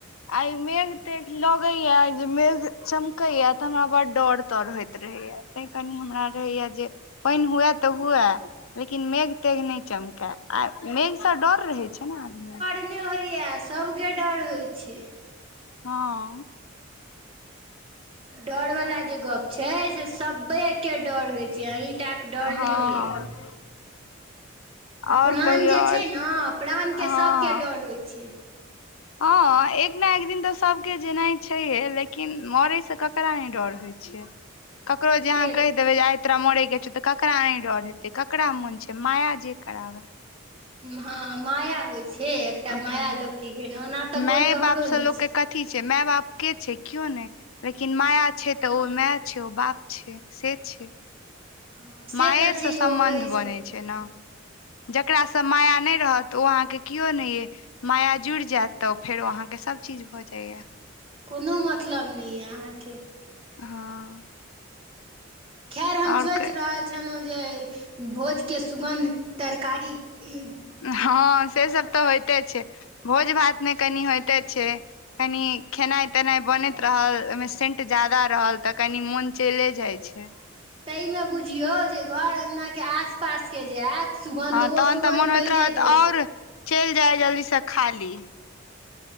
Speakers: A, on the left; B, on the right.
A: आइ मेघ तेघ लगे या जे मेघ चमक या तऽ हमरा बड़ डर तर होइत रहेया तै कनी हमरा रहैया जे पानि हुए तऽ हुए लेकिन मेघ तेघ नहि चमकए आ मेघ से डर रहे छै ने आदमी
B: अपने होइया सभके डर होइ छै
A: हँ
B: डर वाला जे गप छै से सबे के डर होय छै अहि टा डर
A: हँ
B: नहि होइए
A: आओर
B: प्राण
A: कहियौ
B: जे
A: आओर
B: छै ने प्राण
A: हँ
B: के सभके डर होइ छै
A: हँ एक ने एक दिन तऽ सबके जेनाइ छैये लेकिन मरे से ककरा नहि डर होइत छै ककरो जे
B: से
A: अहाँ कहि कही देबय आइ तोरा मोरय के छौ तऽ ककरा न डर हेते ककरा मोन छै माया जे कराबै
B: हँ माया होइ छै एकटा माया
A: हँ
B: लोकके गेल ओना तऽ
A: माय
B: कोई ककरो
A: बाप से
B: नहि
A: लोक के
B: छै
A: कथी छै माय बाप के छै क्यो ने लेकिन माया छै तऽ ओ माय छै ओ बाप छै से छै
B: हँ से
A: मायेसँ
B: तऽ छै यौ
A: सम्बन्ध
B: ओ कहै
A: बनैत छै ने जकरासँ माया नहि रहत ओ अहाँकेॅं केओ नहि अछि माया जुड़ि जायत तऽ फेरो अहाँके सभ चीज भऽ जाइया।
B: कोनो मतलब नहि यए अहाँके
A: हँ
B: खैर हम
A: आओर
B: सोचि
A: क-
B: रहल छलहुँ जे भोजके सुगन्ध, तरकारी ई
A: हँ से सब तऽ होइते छै भोज-भातमे कनि होइते छै कनी खेनाइ-तेनाइ बनैत रहल ओहिमे सेंट ज्यादा रहल तॅं कनी मोन चैले जाइ छै।
B: तैऽमे बुझियौ जे घर अंगनाके आसपासके जे आयत सुगन्ध
A: हँ
B: तऽ
A: तहन
B: ओ सुगन्ध
A: मोन होइत
B: पहिले
A: रहत
B: दौड़ै
A: आओर चलि जाय जल्दीसे खा ली।